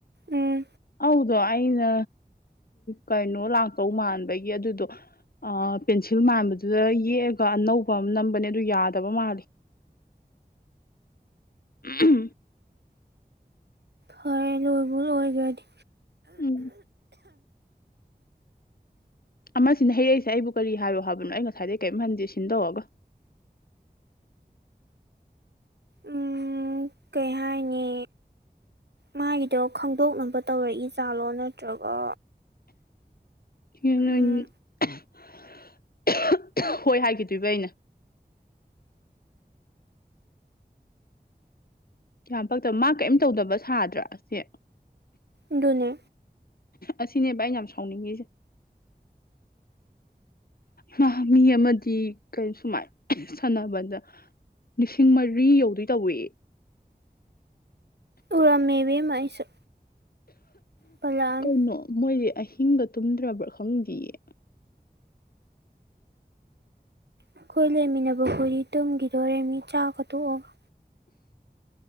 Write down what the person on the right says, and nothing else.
ꯎꯝ
ꯍꯣꯏ ꯂꯣꯏꯕꯨ ꯑꯣꯏꯈ꯭ꯔꯗꯤ
ꯎꯝ ꯀꯩ ꯍꯥꯏꯅꯤ ꯃꯥꯒꯤꯗꯣ ꯈꯪꯗꯣꯛꯅꯕ ꯇꯧꯔꯛꯏꯖꯥꯠꯂꯣ ꯅꯠꯇ꯭ꯔꯒ
ꯎꯝ
ꯑꯗꯨꯅꯦ
ꯎꯔꯝꯃꯦ ꯏꯕꯦꯝꯃ ꯑꯩꯁꯨ ꯄꯜꯂꯛꯑꯅꯤ
ꯑꯩꯈꯣꯏ ꯂꯩꯃꯤꯅꯕ ꯍꯣꯏꯗꯤ ꯇꯨꯝꯒꯤꯗꯣꯔꯦ ꯃꯤ ꯆꯥꯛꯀ ꯇꯣꯛꯑꯒ